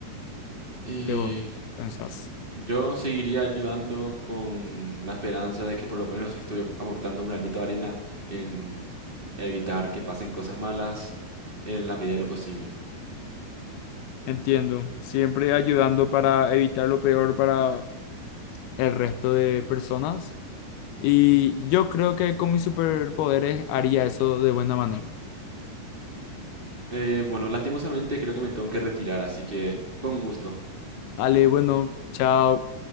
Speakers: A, on the right; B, on the left.
A: Y
B: ¿Qué vos pensás?
A: yo seguiría ayudando con la esperanza de que por lo menos estoy ap- aportando un granito de arena en evitar que pasen cosas malas en la medida de lo posible.
B: Entiendo, siempre ayudando para evitar lo peor para el resto de personas. Y yo creo que con mis superpoderes haría eso de buena manera.
A: Eh, bueno, lastimosamente creo que me tengo que retirar, así que fue un gusto.
B: Dale, bueno, chao.